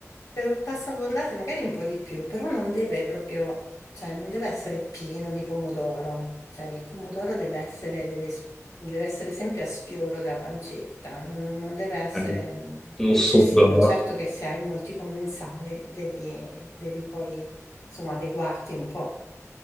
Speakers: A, on the left; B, in the centre.
A: per passabondate magari un po' di più, però non deve proprio, cioè non deve essere pieno di pomodoro, cioè il pomodoro deve essere, deve, deve essere sempre a sfioro della pancetta, non, non deve essere
B: Ok,
A: mm,
B: un
A: eccessivo.
B: sugo,
A: Certo che se hai molti commensali devi, devi poi insomma adeguarti un po'